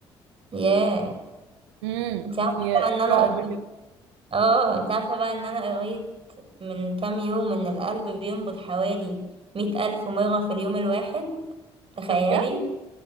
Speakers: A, on the right; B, on the right.
A: ياه
B: امم
A: انت عارفه
B: هي
A: بقى ان انا
B: رعب كده
A: اه انت عارفه بقى ان انا قريت من كام يوم ان القلب بينبض حوالي مئة الف مره في اليوم الواحد تخيلي
B: ده بجد